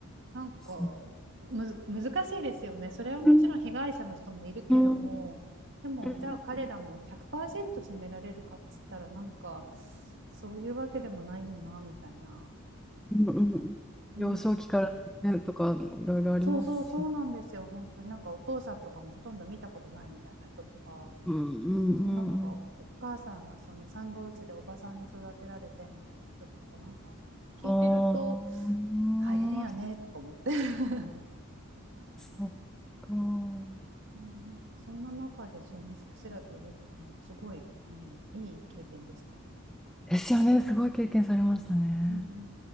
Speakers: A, on the right (about 55°); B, in the centre.
A: なんか
B: そう。
A: むず難しいですよね。それはもちろん被害者の人もいるけども、
B: うんうん
A: でもじゃあ彼らも100%
B: うんうん
A: 責められるかっつったらなんかそういうわけでもないよなみたいな。
B: うんうん。
A: うん、
B: 幼少期からねとかいろいろありますし。
A: そうそうそうなんですよ。本当になんかお父さんとかもほとんど見たことないみたいな人とか、
B: うんうんうんうん。
A: そうなんかおお母さんがその産後うつでおばさんに育てられてみたいな人とかなんか聞いてると
B: ああ、
A: 大変やねとか思って <laughs>
B: そっか。
A: ねなんかそんな中でそうミュージックセラピーできたのですごいあのいい経験でした。
B: ですよね。すごい経験されましたね。
A: うんうんうん